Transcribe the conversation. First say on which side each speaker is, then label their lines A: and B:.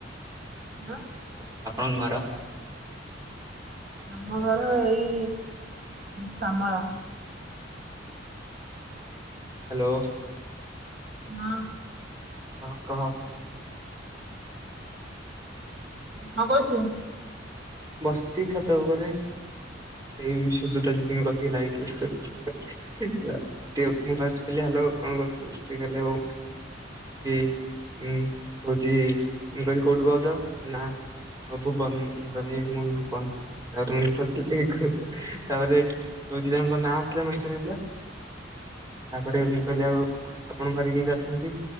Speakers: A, on the right (about 45°); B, on the right (about 20°).
A: ଆଁ
B: ଆପଣଙ୍କ ଘର?
A: ଆମ ଘର ଏଇ ଶାମଳ
B: ହ୍ୟାଲୋ।
A: ହଁ।
B: ହ କହ?
A: କଁ କଉଚୁ?
B: ବସିଛି ଛାତ ଉପରେ, ଏଇ ସୁଜାତା ଦିଦିଙ୍କ କତିକି ଲାଗିଥିଲା ମୁଁ ଫାଷ୍ଟ କହିଲି ହାଲୋ କଣ କରୁଚ, ସିଏ କହିଲେ ଆଉ କି ଉଁ କଉଛି ମୁ କହିଲି କୋଉଠି କହୁଛ? ନା ଆପବନ ମୁ ମୁଳପ ତାପରେ ମୁ ତାପରେ ତାଙ୍କ ନାଁ ଆସିଲା ମେନସନ ହେଇଥିଲା ତାପରେ ମୁଁ କହିଲି ଆଉ ଆପଣ ଘରେ କିଏ କିଏ ଅଛନ୍ତି?